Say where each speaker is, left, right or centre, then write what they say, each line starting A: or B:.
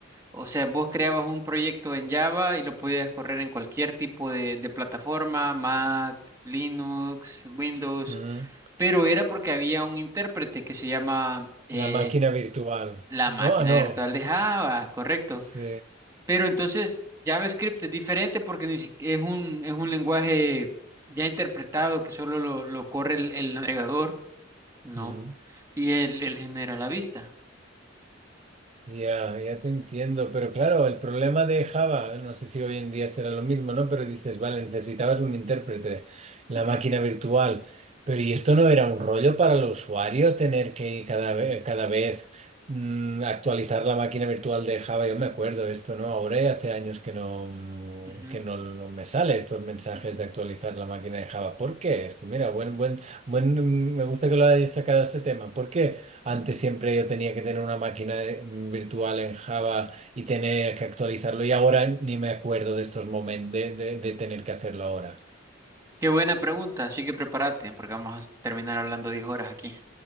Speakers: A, on the right (about 15°); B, on the right (about 35°).
A: O sea, vos creabas un proyecto en Java y lo podías correr en cualquier tipo de, de plataforma, Mac, Linux, Windows,
B: Mm.
A: pero era porque había un intérprete que se llama eh,
B: La máquina virtual.
A: la
B: No,
A: máquina
B: ah, no.
A: virtual de
B: ¿no?
A: Java, correcto.
B: Sí.
A: Pero entonces JavaScript es diferente porque ni si- es un, es un lenguaje ya interpretado que solo lo, lo corre el, el navegador, ¿no?
B: Mm.
A: Y él, él genera la vista.
B: Ya, ya te entiendo, pero claro, el problema de Java, no sé si hoy en día será lo mismo, ¿no? Pero dices, vale, necesitabas un intérprete, la
A: Ujú,
B: máquina virtual, pero ¿y esto no era un rollo para el usuario tener que cada vez, cada vez mm, actualizar la máquina virtual de Java? Yo me acuerdo esto, ¿no? Ahora ya hace años que no, mm,
A: ujú,
B: que no, no me sale estos mensajes
A: ujú.
B: de actualizar la máquina de Java. ¿Por qué esto? Mira, buen, buen, buen, mm, me gusta que lo hayas sacado este tema. ¿Por qué? Antes siempre yo tenía que tener una máquina eh, virtual en Java y tenía que actualizarlo y ahora ni me acuerdo de estos momentos de, de- de tener que hacerlo ahora.
A: Qué buena pregunta, así que prepárate porque vamos a terminar hablando 10 horas aquí.